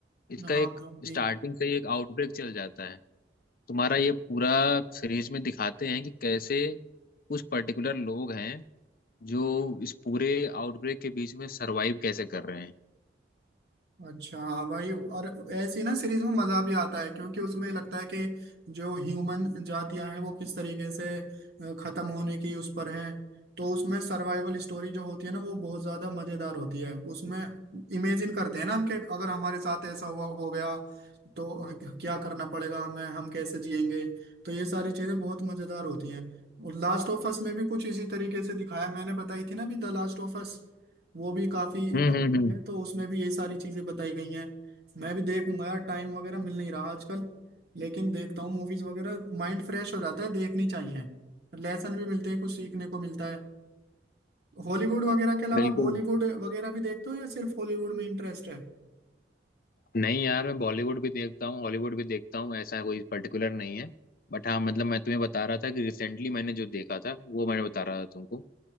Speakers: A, on the left; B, on the right.
A: इसका
B: हाँ
A: एक
B: ज़ॉम्बी
A: स्टार्टिंग से ही एक आउटब्रेक चल जाता है तुम्हारा ये पूरा सीरीज में दिखाते हैं कि कैसे कुछ पर्टिकुलर लोग हैं जो इस पूरे आउटब्रेक के बीच में सरवाइव कैसे कर रहे हैं
B: अच्छा हाँ भाई और ऐसी ना सीरीज में मजा भी आता है क्योंकि उसमें लगता है कि जो ह्यूमन जातियां हैं वो किस तरीके से अ, खत्म होने की उस पर हैं तो उसमें सर्वाइवल स्टोरी जो होती है ना वो बहुत ज्यादा मजेदार होती है उसमें इमेजिन करते हैं ना हम कि अगर हमारे साथ ऐसा हुआ हो गया तो क्या करना पड़ेगा हमें हम कैसे जिएंगे तो ये सारी चीजें बहुत मजेदार होती हैं और लास्ट ऑफ अस में भी कुछ इसी तरीके से दिखाया मैंने बताई थी ना भी द लास्ट ऑफ अस वो भी काफी
A: हम्म
B: अच्छी
A: हम्म हम्म
B: है तो उसमें भी ये सारी चीजें बताई गई हैं मैं भी देखूंगा यार टाइम वगैरह मिल नहीं रहा आजकल लेकिन देखता हूँ मूवीज वगैरह माइंड फ्रेश हो जाता है देखनी चाहिए लेसन भी मिलते हैं कुछ सीखने को मिलता है हॉलीवुड वगैरह के अलावा
A: बिल्कुल
B: बॉलीवुड वगैरह भी देखते हो या सिर्फ हॉलीवुड में इंटरेस्ट है
A: नहीं यार मैं बॉलीवुड भी देखता हूँ हॉलीवुड भी देखता हूँ ऐसा कोई पर्टिकुलर नहीं है बट हाँ मतलब मैं तुम्हें बता रहा था कि रिसेंटली मैंने जो देखा था वो मैंने बता रहा था तुमको